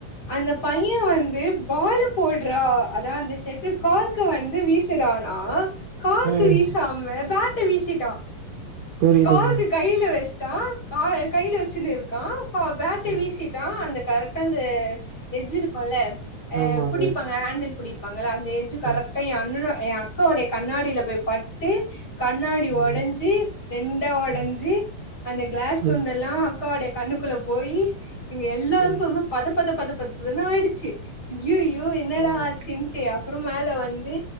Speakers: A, on the left (about 25°); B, on the right (about 65°).
A: அந்த பைய வந்து பாலு போட்றா அதா அந்த ஷெட்டில் கார்க்க வந்து வீசுடானா கார்க்கு
B: ம்
A: வீசாம பேட்ட வீசிட்டா
B: புரியுதுங்க
A: கார்க்கு கைல வெஷ்ட்டா கா கைல வெச்சுனு இருக்கா கா பேட்ட
B: ம்
A: வீசிட்டா கா அந்த கரெக்ட்டா அந்த எட்ஜ் இருக்குல்ல அ
B: ஆமாங்க.
A: புடிப்பாங் ஹேண்டல் புடிப்பாங்கள்ள அந்த எஜ்ஜு கரெக்ட்டா
B: ம்,
A: ஏஅண்ணனோ ஏ அக்காவோடைய கண்ணாடில போய் பட்டு கண்ணாடி
B: ம்,
A: ஒடஞ்சி ரெண்டா ஒடஞ்சி
B: ம்.
A: அந்த க்ளாஸ்
B: புரியுது,
A: துந்த இல்லா அக்காவோட்ய கண்ணுக்குள்ள போயி எங்க எல்லாருக்கு
B: புரியுது.
A: ம்ம ம பத பத பத பதன்னு ஆய்டுச்சி யுய்யோ என்னடா
B: ம்,
A: ஆச்சின்ட்டு அப்புற மேல வந்து